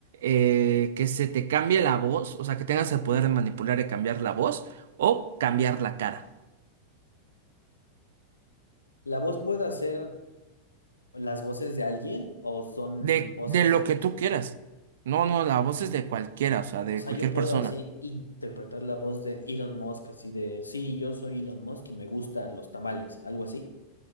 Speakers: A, on the right (about 60°); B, on the left (about 80°).
A: Eh, ¿que se te cambie la voz? O sea, que tengas el poder de manipular y cambiar la voz o cambiar la cara.
B: ¿La voz puede hacer las voces de alguien o son
A: De,
B: voces
A: de lo
B: X?
A: que tú quieras. No, no, la voz es de cualquiera, o sea, de
B: O sea,
A: cualquier
B: yo puedo
A: persona.
B: así interpretar la voz de Elon Musk, así de, sí, yo soy Elon Musk y me gustan los tamales, algo así.